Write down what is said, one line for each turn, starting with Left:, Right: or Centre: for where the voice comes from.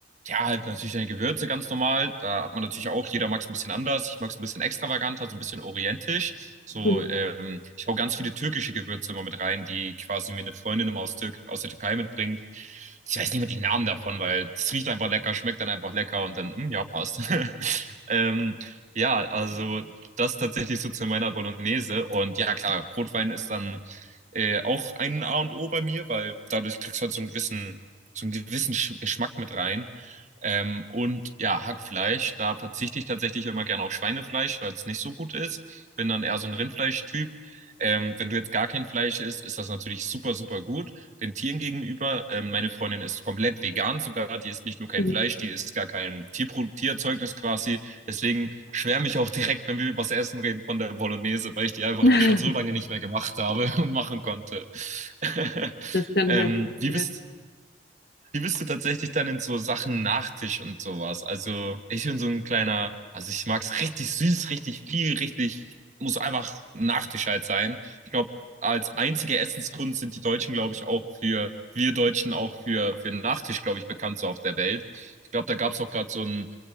Right: ja, halt natürlich deine Gewürze ganz normal. Da hat man natürlich auch, jeder mag es ein bisschen anders. Ich mag es ein bisschen extravaganter, so ein bisschen orientisch. So,
Left: Mhm.
Right: ähm, ich hau ganz viele türkische Gewürze immer mit rein, die quasi mir eine Freundin immer aus, Türk aus der Türkei mitbringt. Ich weiß nicht mehr die Namen davon, weil es riecht einfach lecker, schmeckt dann einfach lecker und dann, hm, ja, passt. <laughs> Ähm, ja, also das tatsächlich so zu meiner Bolognese. Und ja, klar, Rotwein ist dann äh, auch ein A und O bei mir, weil dadurch kriegst du halt so einen gewissen, so einen gewissen Sch- Geschmack mit rein. Ähm, und ja, Hackfleisch, da verzichte ich tatsächlich immer gerne auf Schweinefleisch, weil es nicht so gut ist. Bin dann eher so ein Rindfleischtyp. Ähm, wenn du jetzt gar kein Fleisch isst, ist das natürlich super, super gut den Tieren gegenüber. Ähm, meine Freundin ist komplett vegan sogar, die isst nicht nur kein
Left: Mhm.
Right: Fleisch, die isst gar kein Tierpro Tierzeugnis quasi. Deswegen schwärme ich auch direkt, wenn wir über das Essen reden, von der Bolognese, weil ich die
Left: <laughs>
Right: einfach schon so lange nicht mehr gemacht habe <laughs> und machen konnte. <laughs>
Left: Das kann ich
Right: Ähm,
Left: mir vorstellen.
Right: wie bist wie bist du tatsächlich dann in so Sachen Nachtisch und sowas? Also ich bin so ein kleiner, also ich mag's richtig süß, richtig viel, richtig, muss einfach Nachtisch halt sein. Ich glaube, als einzige Essenskunst sind die Deutschen, glaube ich, auch für, wir Deutschen auch für, für Nachtisch, glaube ich, bekannt so auf der Welt. Ich glaube, da gab's auch gerade so ein,